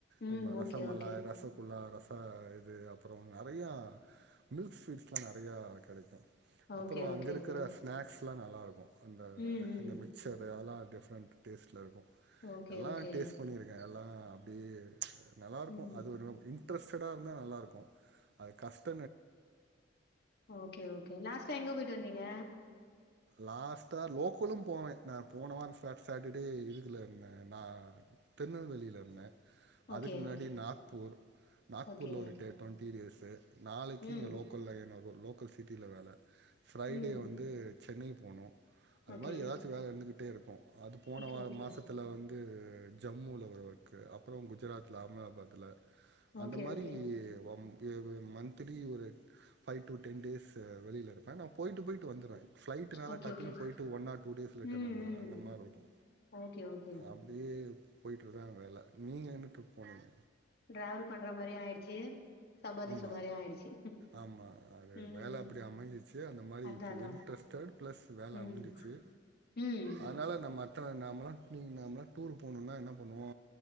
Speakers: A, on the left (about 60°); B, on the right (about 60°).
A: ம்
B: நம்ம ரசமலா
A: ஓகே ஓகே
B: ரசகுல்லா ரச ஆ இது அப்புறோ நெறையா மில்க் ஸ்வீட்ஸ்லா நெறையா கிடைக்கு அப்புறோ
A: ஓகே
B: அங்கருக்கிற
A: ஓகே ஓகே
B: ஸ்நக்ஸ்லா நல்லாயிருக்கும் அந்த
A: ம் ம்
B: அந்த மிச்சர்ல்லா டிஃப்ரெண்ட் டேஸ்ட்லருக்கு
A: ஓகே
B: எல்லா
A: ஓகே
B: டேஸ்ட் பண்ணியிருக்கே எல்லா அப்படி நல்லாருக்கும்
A: ம்
B: அது ஒரு இன்ரெஸ்ட்டடாருந்தா நல்லாருக்கு அங் காஸ்ட்
A: ஓகே ஓகே லாஸ்ட்டா எங்க போயிட்டு வந்தீங்க
B: லாஸ்ட்டா லோக்கலும் போவே நான் போனவாரோ சட்டர்டே இதுக்குல இருந்தே நா திருநெல்வேலிலருந்தே அதுக்கு
A: ஓகே
B: முன்னாடி நாக்பூர் நாக்பூர்ல
A: ஓகே
B: ஒரு டுவெண்டி டேசூ நாளைக்கு
A: ம்
B: இங்க லோ லோக்கல்ல ஏனரு லோக்கல் சிட்டியில வேல ஃப்ரைடே
A: ம்
B: வந்து சென்னை போனோ அது
A: ஓகே
B: மாதி ஏதாச்சு வேல இருந்துடே இருக்கு அது போன
A: ஓகே
B: வா
A: ஓகே
B: மாசத்துல வந்து இந்து ஜம்முல ஒரு வொர்க் அப்புறோ குஜராத்ல்ல அகமதாபாத்ல்ல அந்த
A: ஓகே
B: மாரி
A: ஓகே
B: வம் <unintelligible> மந்த்லி ஒரு ஃபைவ் டு டென் டேஸ் வெளியிருப்பே நா போய்ட்டு போய்ட்டு வந்துர்வே ஃப்ளைட்டுனால
A: ஓகே
B: டக்குன்னு
A: ஓகே
B: போயிட்டு ஒன் ஆர் டூ டேஸ் லட்டன்
A: ம்
B: வந்துய்வே
A: ம்
B: அந்த மாரி இருக்கு
A: ஓகே ஓகே
B: ஆம் அப்டியே போய்ட்டுரு தா வேல நீங்க என்ன ட்ரிப் போனீங்க
A: ட்ராவல் பண்ற மாதிரியு ஆயிடுச்சு சம்பாதிச்ச
B: ஆமா
A: மாரியு ஆயிடுச்சு
B: ஆமா அது
A: ம்
B: வேல அப்டி அமைஞ்சிச்சு அந்த மாரி
A: அதா
B: இப்ப
A: அதா
B: வின்ட்ரஸ் தேர்ட் பிளஸ் வேல
A: ம்
B: அமைஞ்சச்சு
A: ம்
B: அதனால நம்ம அத்தன நாமலா நீங்க நாமலா டூர் போனுனா என்ன பண்ணுவோ